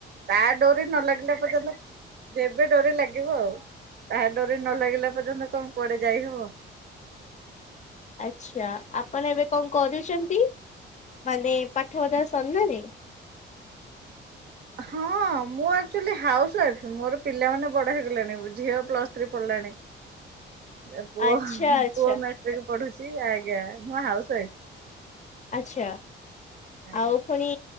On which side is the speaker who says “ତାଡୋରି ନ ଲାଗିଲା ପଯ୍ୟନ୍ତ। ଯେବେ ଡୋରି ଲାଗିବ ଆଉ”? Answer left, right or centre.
Right